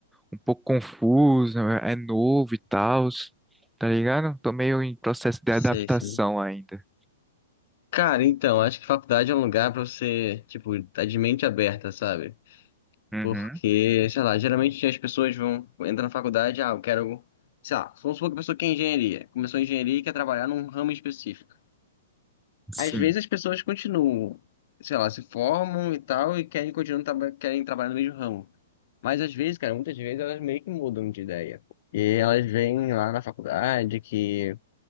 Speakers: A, in the centre; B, on the left.
A: um pouco confuso, é novo e tal, tá ligado? Tô meio em processo de
B: Sei,
A: adaptação
B: sei.
A: ainda.
B: Cara, então, acho que faculdade é um lugar pra você, tipo, tá de mente aberta, sabe?
A: Uhum.
B: Porque, sei lá, geralmente as pessoas vão entrar na faculdade, ah, eu quero, sei lá, vamos supor que a pessoa quer engenharia, começou a engenharia e quer trabalhar num ramo específico.
A: Sim,
B: Às vezes as pessoas continuam, sei lá, se formam e tal, e querem continuar, traba- querem trabalhar no mesmo ramo. Mas às vezes, cara, muitas vezes elas meio que mudam de ideia. E elas vêm lá na faculdade que